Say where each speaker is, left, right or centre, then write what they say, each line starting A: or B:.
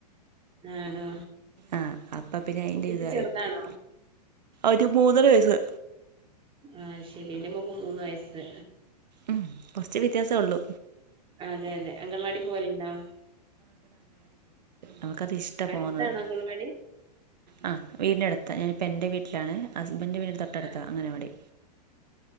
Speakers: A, on the right; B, on the right.
A: ആണോ
B: ആഹ അപ്പ പിന്നെ
A: ഇപ്പൊ
B: അയിന്റെ
A: കുട്ടി
B: ഇതായിപ്പോയി
A: ചെറുതാണോ
B: ഒരു മൂന്നര വയസ്
A: ആഹ ശരി ഇന്റെ മോൾക്ക് മൂന്ന് വയസ്സ്
B: ഉം കുറച്ച് വ്യത്യാസമ ഉള്ളു
A: അതെ അതെ അംഗൻവാടി പോവലുണ്ടോ
B: അവൾക്ക് ഇഷ്ടമാണ്
A: അടുത്താണോ
B: പോകുന്നത്
A: അംഗൻവാടി
B: ആ വീടിനടുത്താണ് ഞാനിപ്പോൾ എൻ്റെ വീട്ടിലാണ് ഹസ്ബൻഡ് വീടിന്റെ തൊട്ടടുത്താ
A: ആ
B: അംഗൻവാടി